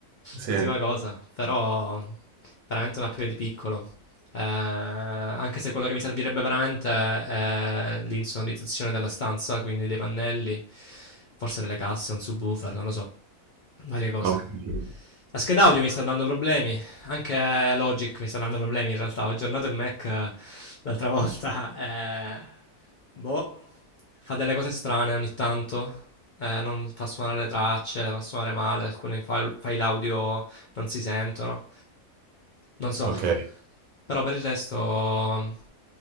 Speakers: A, on the right; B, on the left.
A: Sì.
B: Ultima cosa, però veramente un upgrade piccolo. Eh, anche se quello che mi servirebbe veramente è eh, l'insonorizzazione della stanza, quindi dei pannelli, forse delle casse, un subwoofer, non lo so, varie cose.
A: Ho capito.
B: La scheda audio mi sta dando problemi, anche Logic mi sta dando problemi in realtà. Ho aggiornato il Mac eh, l'altra volta. eh, boh, fa delle cose strane ogni tanto. Eh, non fa suonare le tracce, le fa suonare male. Alcuni file, file audio non si sentono. Non so.
A: Ok,
B: Però per il resto...